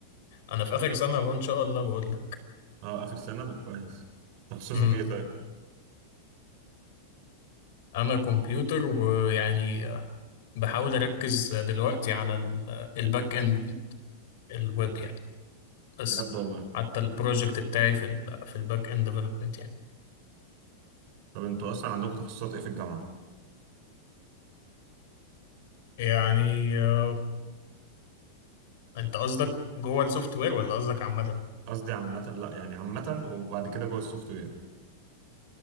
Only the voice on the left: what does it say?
أنا في آخر سنة أهو إن شاء الله بقول لك
أمم
أنا كمبيوتر ويعني بحاول أركز دلوقتي على ال- الباك إند الويب يعني بس
حتى البروجكت بتاعي في ال في الباك اند ديفلوبمنت يعني
يعني آه، انت قصدك جوه السوفت وير ولا قصدك عامة؟